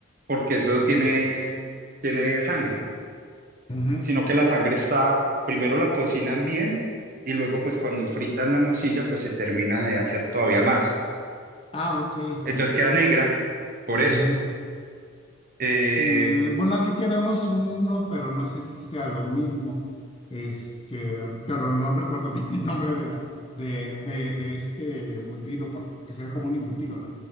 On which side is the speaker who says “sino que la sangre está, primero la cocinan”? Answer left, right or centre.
Right